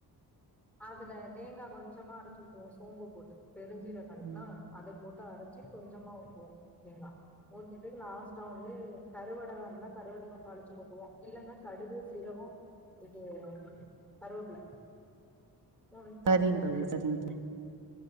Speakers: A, in the centre; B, on the right.
A: அதுல தேங்கா கொஞ்சமா அரைச்சு ஊத்துவோ சோம்பு போட்டு பெருஞ்சீரக கெடக்குனா
B: ம்
A: அத போட்டு அரைச்சி கொஞ்சமா ஊத்துவோ தேங்கா ஊத்திட்டு லாஸ்ட்டா வந்து கருவடக இருந்தா கருவடகொ தாளிச்சு கொட்டுவோ இல்லன்னா கடுகு சீரக இது கருவேப்பிள மூணயு தாளிச்சு
B: சரிங்
A: அதுல
B: தோழி
A: கொட்டிர்ரத்
B: சரிங் தோழி